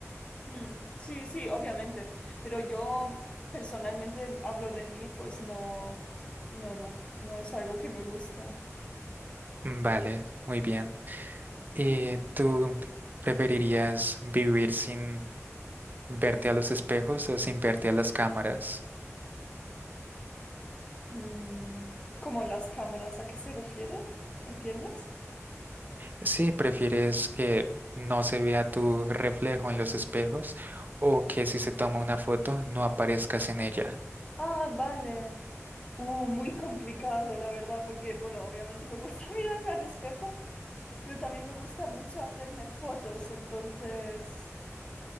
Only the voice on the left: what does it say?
Mm, sí, sí, obviamente, pero yo personalmente hablo de mí, pues no, no, no, no es algo que me guste.
<laughs>
Mm, ¿cómo las cámaras? ¿A qué se refiere? ¿Entiendes?
Ah, vale. Uh, muy complicado, la verdad, porque, bueno, obviamente me gusta <laughs> mirarme al espejo, pero también me gusta mucho hacerme fotos, entonces...